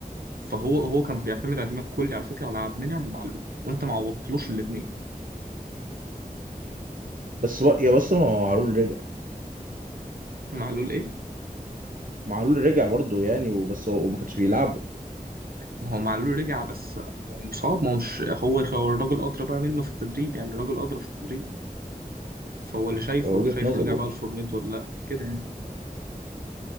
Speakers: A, on the right; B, on the right.
A: فهو هو كان بيعتمد اعتماد كلي على فكره على عبد المنعم ومعلول وانت ما عوضتلوش الاثنين
B: بس بر- يا بس ما هو معلول رجع
A: معلول ايه
B: معلول رجع برضه يعني وبس هو ما كانش بيلعبه
A: وهو معلول رجع بس هو مصاب ما هو مش هو هو الراجل ادرى بقى منه في التدريب يعني الراجل ادرى في التدريب فهو اللي شايفه
B: هو وجهة
A: شايفه
B: نظر
A: رجع
B: برضه
A: بقى لفورمته ولا لا كده يعني